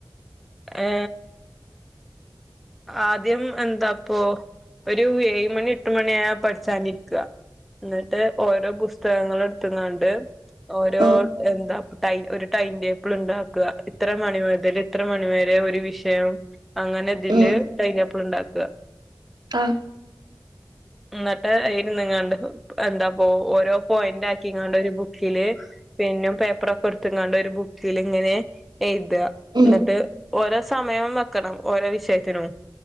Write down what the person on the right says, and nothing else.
ഉം
ഉം
ആഹ്
ഉം